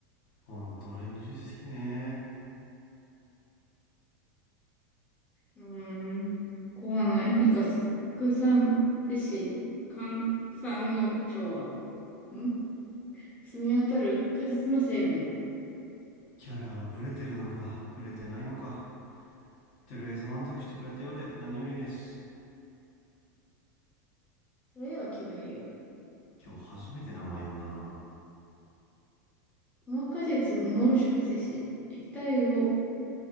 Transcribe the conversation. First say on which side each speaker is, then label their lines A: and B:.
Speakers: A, on the left; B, on the left.
A: ほんと、オレンジジュース好きね。
B: うーん。校内に合作産施し、寒酸の調和。ん澄み渡る果実の成分。
A: キャラがブレてるのか、ブレてないのか。とりあえず満足してくれたようで何よりです。
B: それでは強兵よ。
A: 今日初めて名前呼んだな。
B: この果実を濃縮せし、液体を